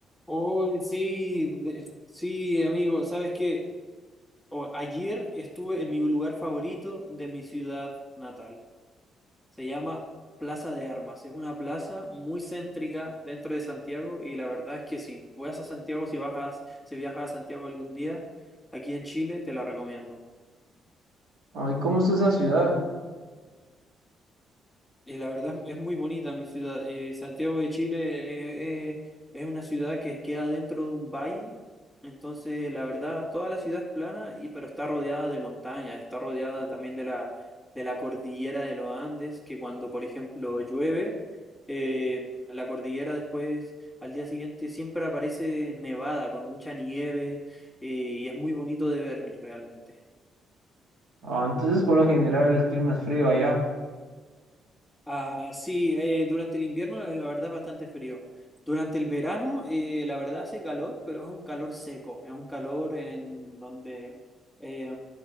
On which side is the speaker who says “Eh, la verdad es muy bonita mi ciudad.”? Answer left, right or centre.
Centre